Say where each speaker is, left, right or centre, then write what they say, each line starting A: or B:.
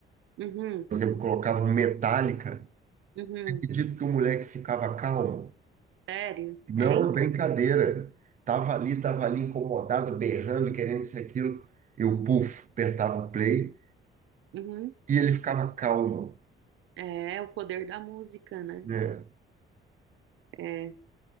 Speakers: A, on the right (about 80°); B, on the right (about 40°).
A: uhum.
B: Por exemplo, eu colocava um Metallica.
A: uhum.
B: Acredito que o moleque ficava calmo.
A: Sério?
B: Não
A: É, então.
B: é brincadeira. Tava ali, tava ali incomodado, berrando, querendo isso e aquilo. Eu, puf, apertava o play
A: Uhum.
B: e ele ficava calmo,
A: É, é o poder da música, né?
B: né?
A: É.